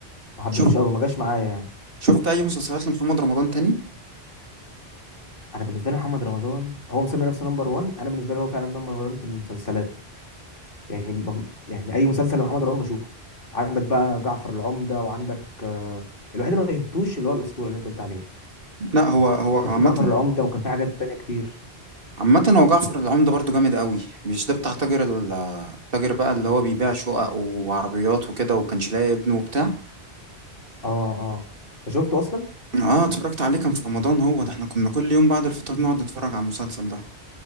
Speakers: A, on the left; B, on the right.
A: ما حبيتوش
B: شوف
A: قوي ما جاش معايا يعني
B: شفت اي مسلسلات لمحمد رمضان تاني
A: انا بالنسبه لي محمد رمضان هو مسمي نفسه نمبر 1 انا بالنسبه لي هو فعلا نمبر 1 في المسلسلات يعني م- يعني اي مسلسل لمحمد رمضان بشوفه عندك بقى جعفر العمدة وعندك آه، الوحيد اللي ما شفتوش اللي هو الاسطورة اللي انت قلت عليه
B: لا هو هو عامه
A: كان في جعفر العمدة وكان في حاجات تانية كتير
B: عامه هو جعفر العمدة برضه جامد أوي مش ده بتاع تاجر ال- التاجر بقى اللي هو بيبيع شقق وعربيات وكده وكانش لاقي ابنه وبتاع
A: اه اه انت شفته اصلا
B: اه اتفرجت عليه كان في رمضان هو ده احنا كنا كل يوم بعد الفطار نقعد نتفرج على المسلسل ده